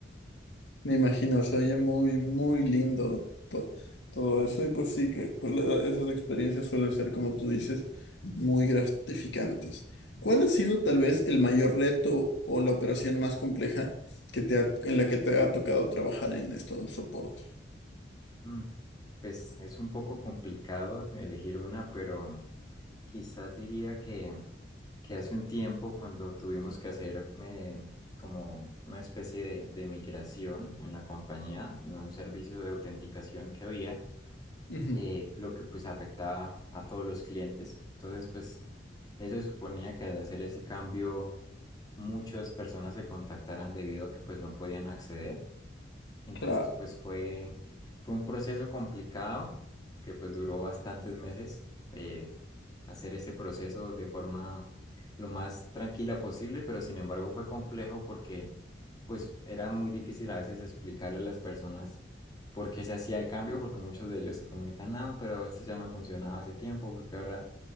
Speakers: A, on the left; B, on the left.
A: Me imagino, se oye muy, muy lindo to- todo eso. Y pues sí, que con la esas experiencias suelen ser, como tú dices, muy gratificantes. ¿Cuál ha sido tal vez el mayor reto o la operación más compleja que te ha- en la que te ha tocado trabajar en esto del soporte?
B: Mm, Pues es un poco complicado elegir una, pero quizás diría que, que hace un tiempo cuando tuvimos que hacer eh, como una especie de, de migración en la compañía, en un servicio de autenticación que había,
A: Ujú,
B: eh, lo que pues afectaba a todos los clientes. Entonces pues eso suponía que al hacer ese cambio muchas personas se contactaran debido a que pues no podían acceder. Entonces
A: claro.
B: pues fue, fue un proceso complicado que pues duró bastantes meses eh, hacer ese proceso de forma lo más tranquila posible, pero sin embargo fue complejo porque pues era muy difícil a veces explicarle a las personas por qué se hacía el cambio, porque muchos de ellos se comunican, no, pero esto ya me funcionaba hace tiempo, porque ahora